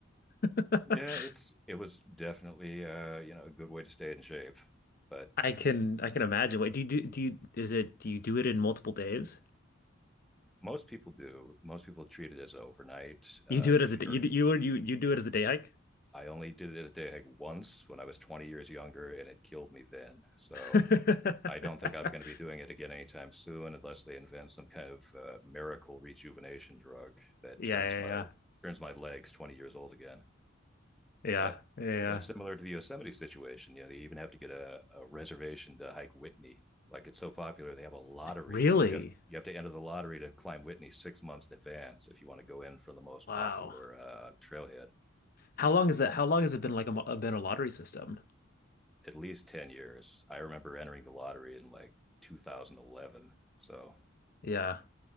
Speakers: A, on the left; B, in the centre.
A: <laughs>
B: yeah, it's, it was definitely, uh, you know, a good way to stay in shape. But
A: I can I can imagine. Wait, do you do do you is it do you do it in multiple days?
B: most people do. Most people treat it as overnight.
A: You
B: Uh,
A: do it
B: if
A: as a
B: you're
A: you do- you you you do it as a day hike?
B: I only did it a day hike once when I was 20 years younger, and it killed me then. So
A: <laughs>
B: I don't think I'm going to be doing it again anytime soon, unless they invent some kind of uh, miracle rejuvenation drug that
A: Yeah,
B: turns
A: yeah,
B: my
A: yeah,
B: turns my legs 20 years old again.
A: yeah,
B: But
A: yeah. yeah.
B: but similar to the Yosemite situation, you know, they even have to get a, a reservation to hike Whitney. Like it's so popular, they have a lottery.
A: Really?
B: You have you have to enter the lottery to climb Whitney six months in advance if you want to go in for the most
A: Wow.
B: popular uh, trailhead.
A: How long is that? How long has it been like a, mo- been a lottery system?
B: at least 10 years. I remember entering the lottery in like 2011. So,
A: Yeah.